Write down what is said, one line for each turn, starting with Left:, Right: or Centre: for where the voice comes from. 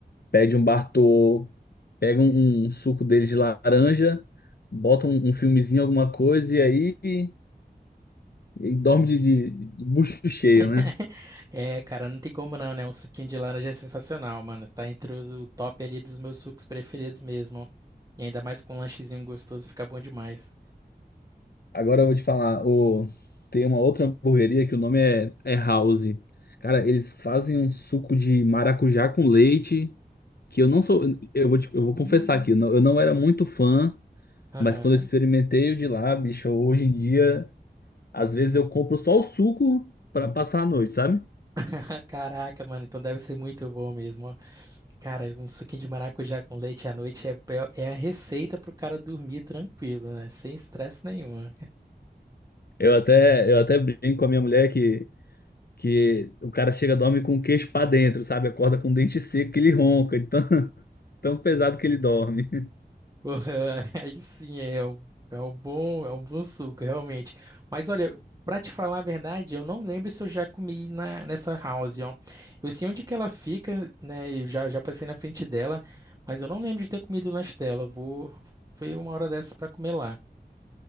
Left: pede um Bartô, pega um, um suco dele de laranja, bota um, um filmezinho, alguma coisa, e aí e dorme de, de, de bucho cheio,
Right: <laughs>
Left: né?
Right: É, cara, não tem como não, né? Um suquinho de laranja é sensacional, mano. Tá entre os- o top ali dos meus sucos preferidos mesmo. E ainda mais com um lanchezinho gostoso, fica bom demais.
Left: Agora eu vou te falar, o... tem uma outra hamburgueria que o nome é, é House. Cara, eles fazem um suco de maracujá com leite, que eu não sou, eu vou te- eu vou
Right: Hum.
Left: confessar aqui, eu não, eu não era muito fã,
Right: Aham.
Left: mas quando eu experimentei o de lá, bicho, hoje em dia, às vezes eu compro só o suco pra passar a noite, sabe?
Right: <laughs> Caraca, mano, então deve ser muito bom mesmo, ó. Cara, um suquinho de maracujá com leite à noite é, é é a receita pro cara dormir tranquilo, né? Sem estresse nenhum.
Left: Eu até, eu até brinco com a minha mulher que, que o cara chega, dorme com o queixo pra dentro, sabe? Acorda com o dente seco que ele ronca, de tão, <laughs> tão pesado que ele dorme.
Right: <laughs> Aí sim, é é um, é um bom, é um bom suco, realmente. Mas olha, pra te falar a verdade, eu não lembro se eu já comi na, nessa house, ó. Eu sei onde que ela fica, né? Eu já, já passei na frente dela, mas eu não lembro de ter comido o lanche dela. Eu vou ver uma hora dessas pra comer lá.